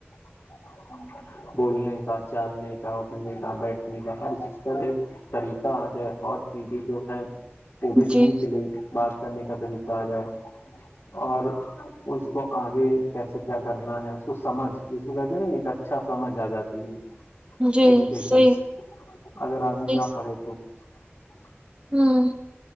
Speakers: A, on the left; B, on the right.
A: ہ بولنے کا چالنے کا اٹھنے کا بیٹھنے کا ہر چیز کا ایک طریقہ آ جائے اور چیزیں جو ہیں ا بی
B: جی
A: سی کے لیے بات کرنے کا طریقہ آ جائے اور اس کو آگے کیسے کیا کرنا ہے اس کو سمجھ ج کو کہتے ہیں نا ایک اچھا سمجھ آ جاتی ہے
B: جی
A: ایجوکیشن
B: صحیح
A: اگر آدمی
B: صحیح
A: نہ پڑھے تو جی ہے
B: ہوں